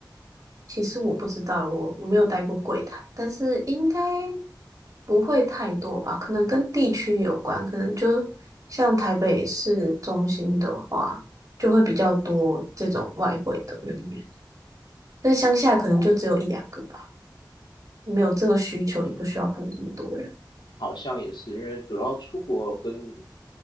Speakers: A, on the right; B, on the left.
A: 其实我不知道，我我没有待过柜台，但是应该不会太多吧？可能跟地区有关，可能就像台北市中心的话，就会比较多这种外汇的人员，但乡下可能就只有一两个吧，
B: 哦，
A: 没有这个需求，
B: 嗯，
A: 也不需要雇这么多人。
B: 好像也是，因为主要出国跟